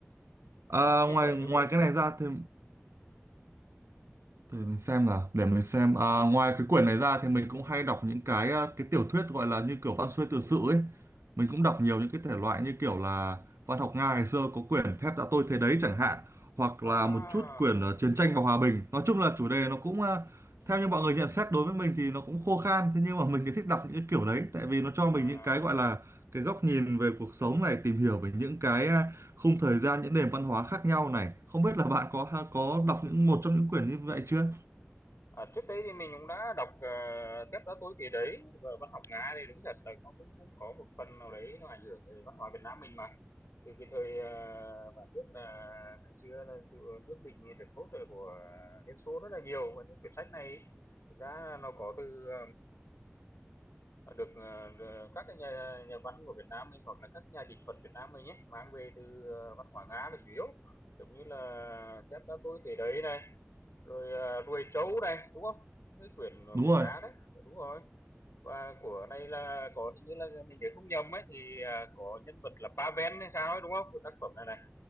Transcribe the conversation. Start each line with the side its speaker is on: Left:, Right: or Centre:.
Right: À,
Left: Chia
Right: ngoài
Left: sẻ cho mình.
Right: ngoài cái này ra thì Để mình xem nào, để mình xem. À, ngoài cái quyển này ra thì mình cũng hay đọc những cái ờ, cái tiểu thuyết gọi là như kiểu văn xuôi tự sự ấy. Mình cũng đọc nhiều những cái thể loại như kiểu là văn học Nga ngày xưa có quyển Thép đã tôi thế đấy chẳng hạn, hoặc
Left: À,
Right: là một chút quyển ờ, Chiến tranh và Hòa bình. Nói chung là chủ đề nó cũng ờ, theo như mọi người nhận xét đối với mình thì nó cũng khô khan, thế nhưng mà mình thì thích đọc những cái kiểu đấy tại vì nó cho
Left: à,
Right: mình những cái gọi
Left: à,
Right: là cái góc nhìn về cuộc sống này, tìm hiểu về những cái ờ, khung thời gian những nền văn hóa khác nhau này không biết là bạn có ha- có đọc những một trong những quyển như vậy chưa
Left: à, trước đấy thì mình cũng đã đọc, ờ, Thép Đá Tối thì Đấy và văn học Nga thì đúng thật là nó cũng cũng có một phần nào đấy nó ảnh hưởng về văn hóa Việt Nam mình mà. Từ cái thời, à, bạn biết là ngày xưa là nước mình được hỗ trợ của Liên Xô rất là nhiều và những quyển sách này ấy, thực ra nó có từ được, ờ, ờ, các cái nhà nhà văn của Việt Nam mình hoặc là các nhà dịch thuật Việt Nam mình nhé mang về từ, ờ, văn hóa Nga là chủ yếu, giống như là Thép Đá Tôi Thể Đấy này, rồi, à, Ruồi Trấu này, đúng không? Những cái quyển
Right: đúng
Left: của
Right: rồi
Left: Nga đấy, đúng rồi. Và của này là có hình như là mình nhớ không nhầm ấy thì, à, có nhân vật là Pavel hay sao ấy, đúng không? Của tác phẩm này này.